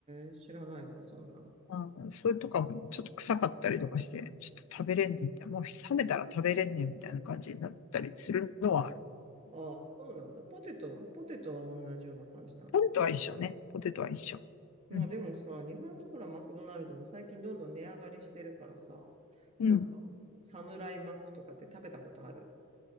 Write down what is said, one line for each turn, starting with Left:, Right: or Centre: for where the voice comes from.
Right: ん。えー、知らないわ、そんなの。
Left: うん、それとかもちょっと臭かったりとかして、ちょっと食べれんねんみたいな、もう冷めたら食べれんねんみたいな感じになったりするのはある。
Right: ああ、そうなんだ。ポテトはポテトは同じような感じなの。
Left: ポテトは一緒ね。ポテトは一緒。
Right: まあでもさ、
Left: うん。
Right: 日本のほら、マクドナルドも最近どんどん値上がりしてるからさ、
Left: うん。
Right: なんか、サムライマックとかって食べたことある